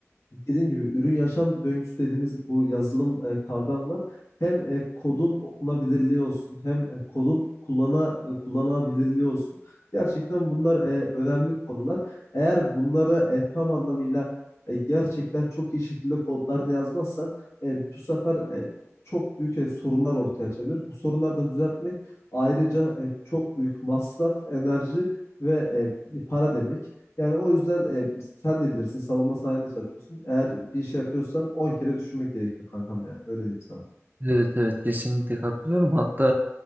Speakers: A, on the left; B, on the right.
A: dediğim gibi ürün yaşam döngüsü dediğimiz bu yazılım e, kavram var. Hem e, kodun okunabilirliği olsun, hem e, kodun kullana e, kullanılabilirliği olsun. Gerçekten bunlar e, önemli konular. Eğer bunları e, tam anlamıyla e, gerçekten çok iyi şekilde kodlarını yazmazsan e, bu sefer e, çok büyük e, sorunlar ortaya açabilir. Bu sorunları da düzeltmek ayrıca e, çok büyük masraf, enerji ve e, para demek. Yani o yüzden e, sen de bilirsin savunma sanayinde çalışıyorsun. Eğer bir şey yapıyorsan 10 kere düşünmek gerekiyor kankam yani öyle diyeyim sana.
B: Evet evet kesinlikle katılıyorum. Hatta